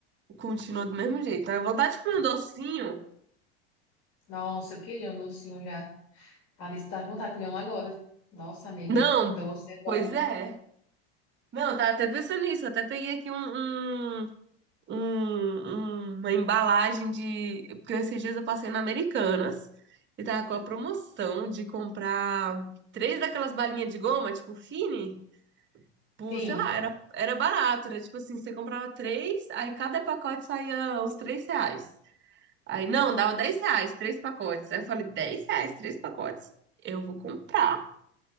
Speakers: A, on the right (about 35°); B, on the left (about 50°).
A: continua do mesmo jeito. A vontade de comer um docinho.
B: nossa, eu queria um docinho já A Alice tá com vontade de comer um agora. Nossa, amiga,
A: Não,
B: doce é bom.
A: pois é. Não, eu tava até pensando nisso. Eu até peguei aqui um, um- um- uma embalagem de. Porque esses dias eu passei na Americanas e tava com a promoção de comprar três daquelas balinhas de goma, tipo Fini. Tipo,
B: Sim,
A: sei lá, era, era barato. Era tipo assim, você comprava três, aí cada pacote saía uns três reais. Aí, não, dava 10 reais, três pacotes. Aí eu falei, 10 reais, três pacotes. Eu vou comprar.